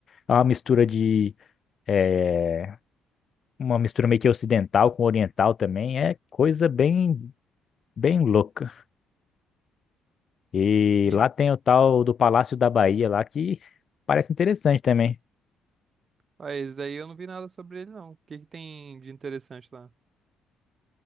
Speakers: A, on the left; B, on the right.
A: é uma mistura de... é, uma mistura meio que ocidental com oriental também. É coisa bem, bem louca. E
B: E
A: lá tem o tal do Palácio da Bahia lá que parece interessante também.
B: mas daí eu não vi nada sobre ele, não. O que que tem de interessante lá?